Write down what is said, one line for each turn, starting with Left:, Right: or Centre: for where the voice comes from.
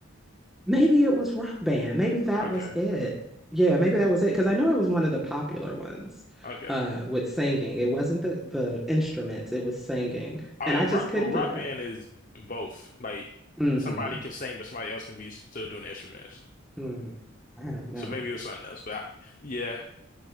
Centre: Maybe it was Rock Band. Maybe that
Left: Okay.
Centre: was it. Yeah, maybe that was it. Because I know it was one of the popular ones
Left: Okay.
Centre: uh, with singing. It wasn't the, the instruments, it was singing.
Left: Oh,
Centre: And I just
Left: rock
Centre: couldn't
Left: well,
Centre: get
Left: Rock
Centre: right.
Left: Band is both. Like
Centre: hmm
Left: somebody can sing, but somebody else can be still doing the instruments.
Centre: Mm. I don't know.
Left: So maybe it was something else, but I, yeah.